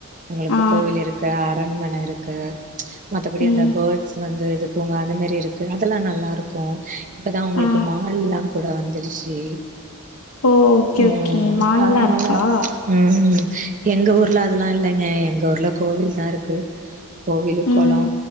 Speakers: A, on the right; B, on the left.
A: உங்களுக்கு
B: ஆ
A: கோவில் இருக் அரண்மன இருக்கு மத்தபடி
B: ம்
A: அந்த பேட் ஸ் வந்து இது பூங்கா அந்தமாரி இருக்கு அதெல்லா நல்லாயிருக்கு இப்போ தா உங்களுக்கு
B: ஆ
A: மால்லா கூட வந்துருச்சு
B: ஓ ஓகே
A: ம்
B: ஓகே மால்லா
A: அதனால
B: இருக்கா
A: ம் எங்க ஊர்ல அதல்லா இல்லங்க எங்க ஊர்ல கோவில் தா இருக்கு கோவிலு
B: ம்
A: கொள